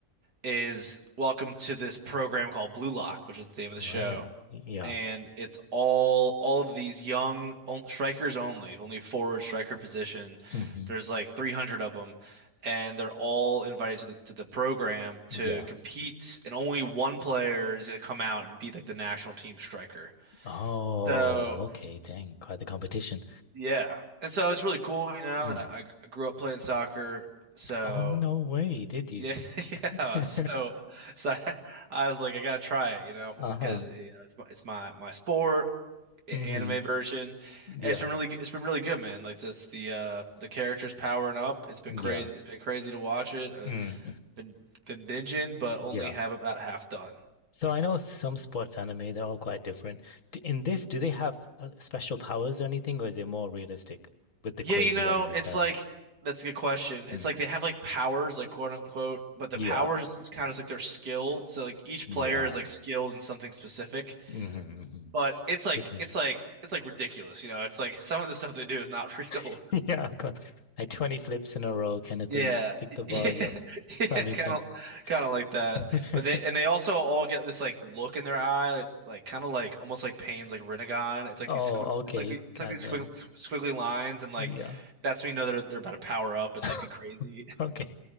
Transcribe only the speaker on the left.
Right.
Yeah.
hmm
Yeah.
Oh,
okay. Dang. Quite the competition.
Mm.
Oh, no way, did you?
<laughs>
Uh-huh.
hmm
Yeah.
Yeah.
crazy.
Mm.
Yeah.
So I know some sports anime, they're all quite different. D- In this, do they have uh, special powers or anything, or is it more realistic with the
crazy
anime
style?
Mm.
Yeah.
Yeah.
hmm hmm
Signature.
<laughs> Yeah, of course. Like 20 flips in a row kind of
thing. Kick
the ball.
Yep.
That makes
sense.
<laughs>
Oh,
okay.
Goddamn.
Yeah.
<laughs>
Okay.